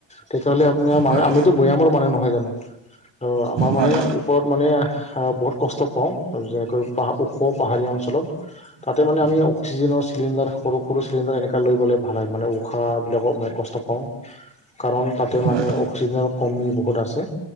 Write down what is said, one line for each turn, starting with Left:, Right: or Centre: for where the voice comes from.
Left: তেতিয়াহ'লে আপোনাৰ ম
Right: হয়
Left: আমিতো বৈয়ামৰ মানুহ নহয় জানো অ আমাৰ মানে
Right: হয়
Left: ওপৰত মানে বহুত কষ্ট পাওঁ যেনেকৈ প ওখ পাহাৰীয়া অঞ্চলত তাতে মানে আমি অ্সিজেনৰ চিলিড সৰু চিলিণ্ডাৰ এনেকৈ লৈ গ'লে ভাল হয় মানে উশাহ বিিলাকক মানে কষ্ট কাৰণ তাতে
Right: হয়
Left: মানে অক্সিজেনৰ কমি বহুত আছে